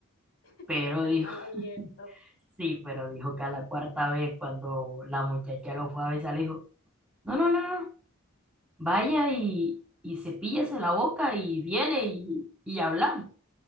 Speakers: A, on the left; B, in the centre.
A: <laughs>
B: pero
A: el
B: dijo,
A: mal
B: <laughs>
A: aliento.
B: sí, pero dijo que a la cuarta vez cuando la muchacha lo fue a besar, le dijo, no, no, no, no, vaya y, y cepíllese la boca y viene y, y hablamos.